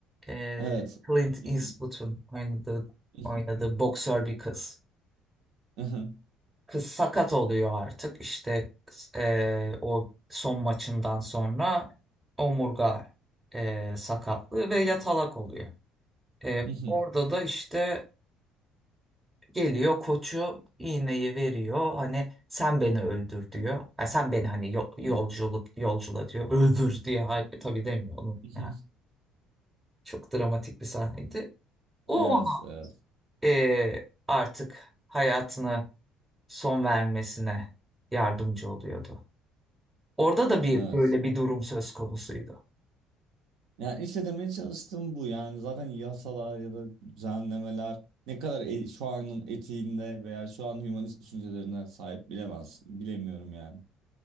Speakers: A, on the right; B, on the right.
A: E,
B: Evet.
A: Clint
B: Mhm,
A: Eastwood'un oynadığı,
B: mhm,
A: oynadığı boksör bir kız.
B: mhm,
A: Kız sakat oluyor artık işte e, o son maçından sonra omurga e, sakatlığı
B: mhm,
A: ve yatalak oluyor. E,
B: mhm,
A: orada da işte geliyor koçu iğneyi veriyor hani sen beni öldür diyor. Ha, sen beni hani yo-
B: mhm,
A: yolculuk yolcula diyor <laughs> öldür diye Hayır, tabii demiyor onu.
B: mhm.
A: yani çok dramatik bir sahneydi. O
B: Evet,
A: ona
B: evet,
A: e, artık hayatını son vermesine yardımcı oluyordu. Orada da bir
B: evet.
A: böyle bir durum söz konusuydu.
B: Yani işte demeye çalıştığım bu. Yani zaten yasalar ya da düzenlemeler ne kadar e- şu anın etiğinde veya şu an hümanist düşüncelerine sahip bilemez, bilemiyorum yani.